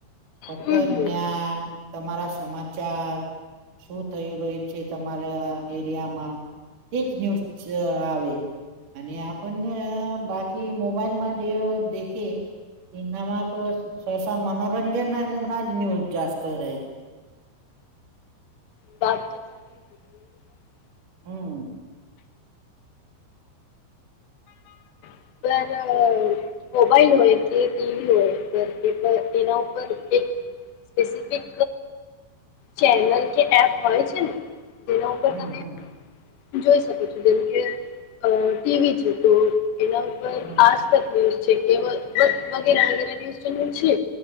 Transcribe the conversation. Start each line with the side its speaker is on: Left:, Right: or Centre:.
Right: ફક્ત
Left: હમ હમ
Right: જ્ઞાન તમારા સમાચાર- શું થયું રહ્યું છે, તમારા એરિયામાં તેજ ન્યૂઝ જ આવે. અને આપણ ન બાકી મોબાઈલમાં જે દેખે સિનામા તો સસ મનોરંજન ના જ ન્યૂઝ જાસ્ત રહે,
Left: વાત એ <unintelligible>
Right: હમ્મ <inaudible>
Left: <unintelligible> મોબાઈલ હોય કે ટીવી હોય એના ઉપર એક સ્પેસિફિક ચેનલ કે એપ હોય છે ને. જેના ઉપર
Right: હમ
Left: તમે
Right: હમ
Left: જોઈ શકો છું જેમ કે ટીવી છે, તો એના ઉપર
Right: હમ
Left: આજ કે વગેરે વગે ન્યૂઝ ચેનલ છે,